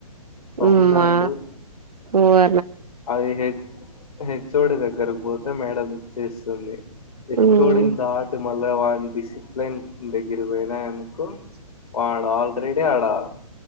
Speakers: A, on the left (about 75°); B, on the right (about 85°).
A: థౌజండ్
B: ఉమ్మా వా
A: అది హె హెచ్ ఒడి దగ్గరక్ పోతే మేడం చేస్తుంది. హెచ్
B: ఉమ్
A: ఒడిని దాటి మళ్ళ వాన్ డిసిప్లెన్ దగ్గర బోయినయను కో వాడు ఆల్రెడీ ఆడా